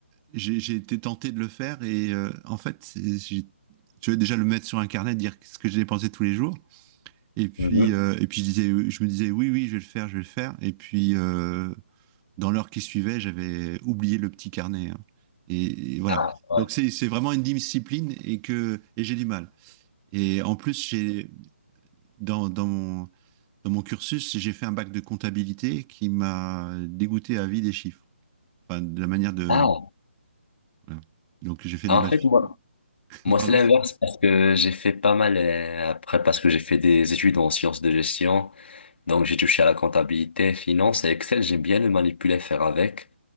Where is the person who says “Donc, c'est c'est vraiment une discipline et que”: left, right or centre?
Right